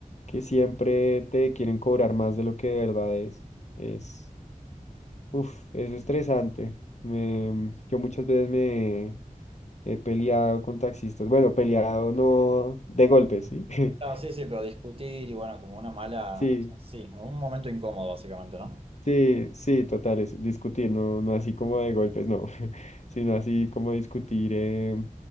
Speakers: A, on the left (about 55°); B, on the right (about 40°).
A: que siempre te quieren cobrar más de lo que de verdad es. Es, uf, es estresante. Me- yo muchas veces me he peleado con taxistas. Bueno, peleado no de golpes, ¿sí? <laughs>
B: Ah, sí, sí, pero discutir y bueno, como una mala,
A: Sí,
B: o sea, sí, un momento incómodo básicamente, ¿no?
A: sí, sí, total, es discutir, no, no así como de golpes, no, <laughs> sino así como discutir, eh,